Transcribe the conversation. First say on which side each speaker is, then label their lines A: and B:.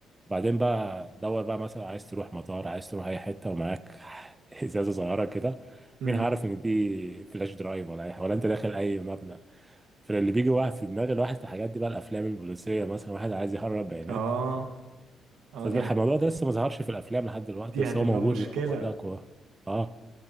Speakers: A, on the right (about 15°); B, on the right (about 80°).
A: بعدين بقى دور بقى مثلا عايز تروح مطار عايز تروح اي حته ومعاك <laughs> ازازه صغيره كده
B: مم.
A: مين هعرف ان دي فلاش درايف ولا اي حاجه ولا انت داخل اي مبنى فاللي بيجي واحد في دماغ الواحد في الحاجات دي بقى الافلام البوليسيه مثلا واحد عايز يهرب بيانات
B: اه اه
A: بس الموضوع
B: دي هت...
A: ده لسه ما ظهرش في الافلام لحد دلوقتي
B: دي
A: بس
B: هتبقى
A: هو موجود
B: مشكلة
A: زي ما بقول لك و... اه